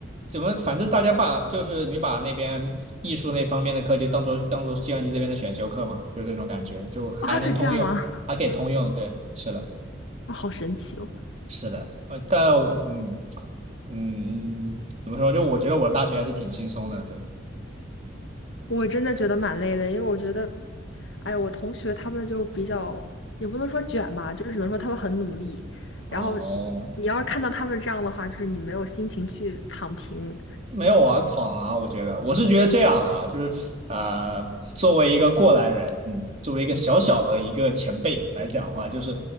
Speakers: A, on the right (about 35°); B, on the left (about 70°).
A: 怎么，反正大家把就是你把那边艺术那方面的课题当做当做计算机这边的选修课嘛，就这种感觉，就还能通用，
B: 哦，还可以这样吗？
A: 还可以通用，对，是的，
B: 啊好神奇哦！
A: 是的，呃，但我嗯嗯，怎么说，就我觉得我的大学还是挺轻松的，对，
B: 我真的觉得蛮累的，因为我觉得，哎，我同学他们就比较，也不能说卷吧，就是只能说他们很努力。然后
A: 哦。
B: 你要是看到他们这样的话，就是你没有心情去躺平。
A: 没有啊，躺啊，我觉得我是觉得这样的啊，就是呃，作为一个过来人，嗯，作为一个小小的一个前辈来讲的话，就是